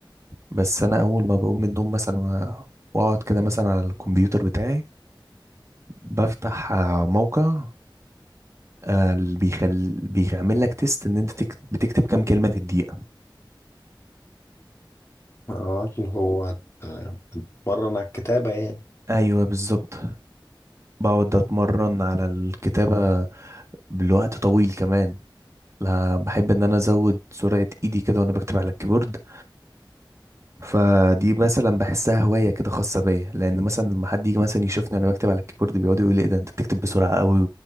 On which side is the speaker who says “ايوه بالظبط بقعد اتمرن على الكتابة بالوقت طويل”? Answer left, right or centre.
Right